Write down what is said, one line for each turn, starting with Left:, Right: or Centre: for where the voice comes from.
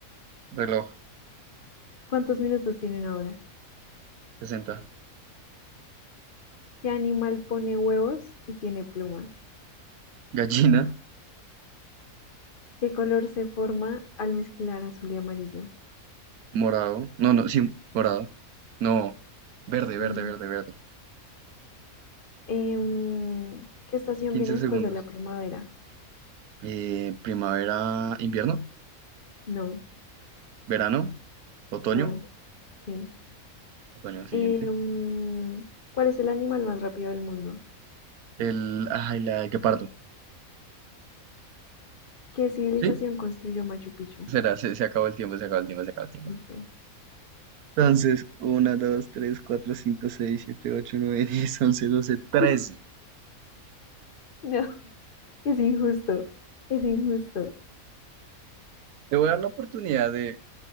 Right: Reloj.
Left: ¿Cuántos minutos tiene una hora?
Right: sesenta
Left: ¿Qué animal pone huevos y tiene plumas?
Right: Gallina,
Left: ¿Qué color se forma al mezclar azul y amarillo?
Right: morado. No, no, sí, morado. No, verde,
Left: No.
Right: verde, verde, verde.
Left: Em, ¿qué estación
Right: quince
Left: viene después
Right: segundos.
Left: de la primavera?
Right: Eh, primavera, invierno,
Left: No,
Right: verano, otoño,
Left: no, sí.
Right: otoño siguiente.
Left: Em, ¿cuál es el animal más rápido del mundo?
Right: El, ay, la de parto
Left: ¿Qué civilización
Right: ¿Sí?
Left: construyó Machu Picchu?
Right: Será, se, se acabó el tiempo, se acabó el tiempo, se acabó el tiempo.
Left: Ok.
Right: Entonces, uno dos tres cuatro cinco seis siete ocho nueve diez once doce trece
Left: <laughs> No, es injusto, es injusto.
Right: Te voy a dar la oportunidad de